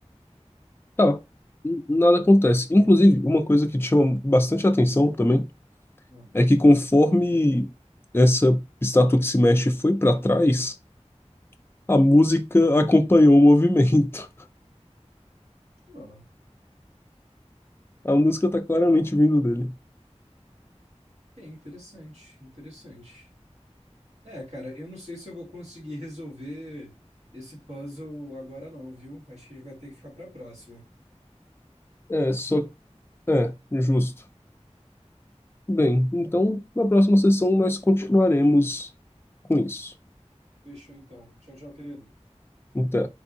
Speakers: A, on the left; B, on the right.
A: Tá, n- nada acontece. Inclusive, uma coisa que te chama bastante atenção também
B: Ah,
A: é que conforme essa estátua que se mexe foi para trás, a música acompanhou o movimento.
B: ó,
A: <laughs> A música tá claramente vindo dele.
B: é interessante, interessante. É, cara, eu não sei se eu vou conseguir resolver esse puzzle agora não, viu? Acho que a gente vai ter que ficar pra próxima.
A: É, só. É, justo. Bem, então na próxima sessão nós continuaremos com isso.
B: Fechou então. Tchau, tchau, querido.
A: Até.